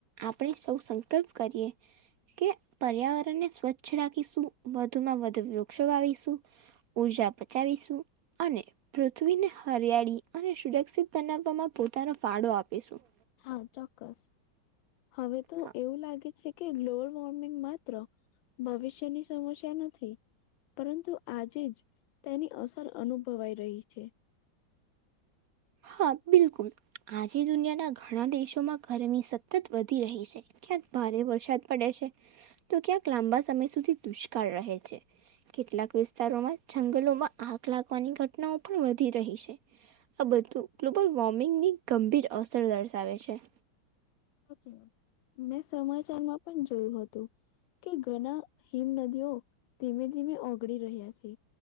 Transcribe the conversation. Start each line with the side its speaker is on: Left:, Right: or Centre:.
Right: આપણે સૌ સંકલ્પ કરીએ કે પર્યાવરણને સ્વચ્છ રાખીશું વધુમાં વધુ વૃક્ષો વાવીશું ઉર્જા પચાવીશું અને પૃથ્વીને હરિયાળી અને સુરક્ષિત બનાવવામાં પોતાનો ફાળો આપીશું
Left: હા ચોક્કસ હવે તો
Right: હા
Left: એવું લાગે છે કે ગ્લોબલ વોર્મિંગ માત્ર ભવિષ્યની સમસ્યા નથી પરંતુ આજે જ તેની અસર અનુભવાઈ રહી છે.
Right: હા બિલકુલ આજે દુનિયાના ઘણા દેશોમાં ગરમી સતત વધી રહી છે. ક્યાંક ભારે વરસાદ પડે છે તો ક્યાંક લાંબા સમય સુધી દુષ્કાળ રહે છે. કેટલાક વિસ્તારોમાં જંગલોમાં આગ લાગવાની ઘટનાઓ પણ વધી રહી છે. આ બધું ગ્લોબલ વોર્મિંગની ગંભીર અસર દર્શાવે છે.
Left: સાચી વાત મેં સમાચારમાં પણ જોયું હતું કે ઘણા હિમ નદીઓ ધીમે ધીમે ઓગળી રહ્યા છે.